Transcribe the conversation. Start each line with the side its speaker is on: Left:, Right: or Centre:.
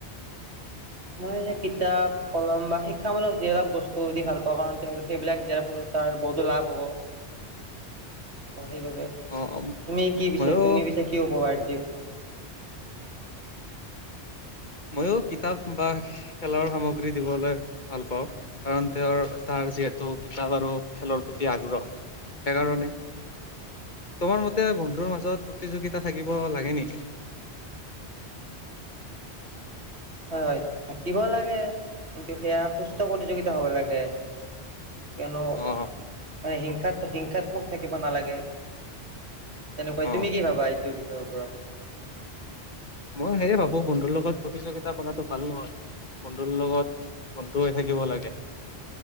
Right: <unintelligible> কিতাপ কলম বা শিক্ষামূলক যিবিলাক বস্তু দি ভাল পাওঁ, কাৰণ তেওঁক সেইবিলাক দিয়াৰ ফলত তাৰ বহুতো লাভ হ'ব। ত' সেইবাবে
Left: অ
Right: তুমি কি পিছে
Left: ময়ো
Right: তুমি পিছে কি উপহাৰ <unintelligible>
Left: মইো কিতাপ বা খেলৰ সামগ্ৰী দিবলৈ ভাল পাওঁ কাৰণ তেওঁৰ তাৰ যিহেতু কিতাপ আৰু খেলৰ প্ৰতি আগ্ৰহ সেইকাৰণে। তোমাৰ মতে বন্ধুৰ মাজত প্ৰতিযোগিতা থাকিব লাগে নেকি। <unintelligible>
Right: হয় থাকিব লাগে। কিন্তু সেয়া সুস্থ প্ৰতিযোগিতা হ'ব লাগে। কিয়নো
Left: অ
Right: হিংসাত হিংসাত্মক থাকিব নালাগে। তেনেকুৱাই
Left: অ
Right: তুমি কি ভাবা এইটো বিষয়ৰ ওপৰত?
Left: মই সেয়ে ভাবো বন্ধুৰ লগত প্ৰতিযোগিতা কৰাতো ভাল নহয় বন্ধুৰ লগত ৰৈ থাকিব লাগে